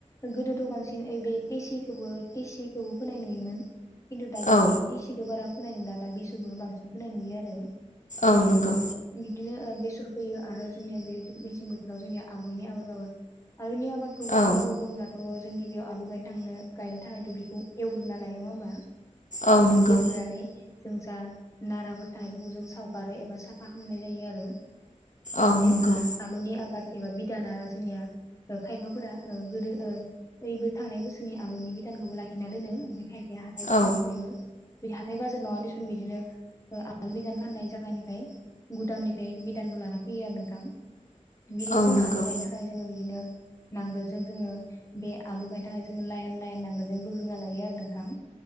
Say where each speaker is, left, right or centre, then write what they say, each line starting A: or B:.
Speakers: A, on the left; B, on the left.
A: गोदोथ' बांसिन ओइ बे टिसिखौबो टिसिखौबो फोनाय नुयोमोन खिन्थु दा बिदि
B: औ
A: टिसिखौ बारा बोनाय नुला दा बेसरखौनो बांसिन फोनाय नुयो आरो
B: औ नंगौ
A: बिदिनो बेसर फोयो आरो जोंनिया बे मेसें बोथोराव जोंनि आलुनि आबाद मावो आलुनि आबाद आबादखौ मरै
B: औ
A: मावो बुङोब्लाथ' जों गिबियाव आलु गायनो थांनो गायनो थाखाय दुब्लिखौ एवग्रोना लायो नङा होमबा
B: औ नंगौ
A: एवग्रोनानै जों जा नाराफोर थानायफोरखौ जों सावगारो एबा साफा खालामनाय जायो आरो बिदिनो
B: औ नंगौ
A: आलुनि आबाद एबा बिदाना जोंनिया खायफाफोरा गोदोओ थांनाय बोसोरनि आलुनि बिधानखौबो लाखिना दोनो खायफाया हाथाय बाजारनिफ्रायबो
B: औ
A: बिदि हाथाय बाजार नङा दुसुन बिदिनो आलु बिदान फाननाय जायगानिफ्राय गुदामनिफ्राय बिदानखौ लाना फैयो आरो नोंथां बिदिनो
B: औ
A: जोङो
B: नंगौ
A: आलु गायनो थाखाय जोङो बिदिनो नांगोलजों जोङो बे आलु गायनो थाखाय जोङो लाइन लाइन नांगोलजों बोग्रोना लायो आरो नोंथां